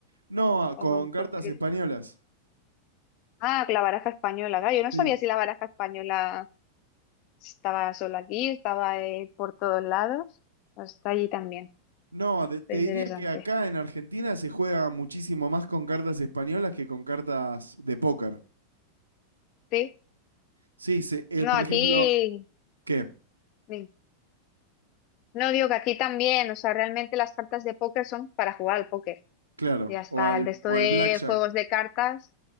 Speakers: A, on the right; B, on the left.
A: No, a- con
B: ¿O con,
A: cartas
B: con qué
A: españolas.
B: Ah, la baraja española, claro, Yo no
A: Sí.
B: sabía si la baraja española estaba solo aquí, estaba eh, por todos lados. Está allí también.
A: No, de-
B: Está
A: te
B: interesante.
A: diría que acá en Argentina se juega muchísimo más con cartas españolas que con cartas de póker.
B: Sí.
A: Sí, se, el,
B: No,
A: por
B: aquí.
A: ejemplo, ¿qué?
B: sí. No digo que aquí también. O sea, realmente las cartas de póker son para jugar al póker.
A: Claro,
B: Ya está.
A: o al,
B: El resto
A: o
B: de
A: al blackjack.
B: juegos de cartas.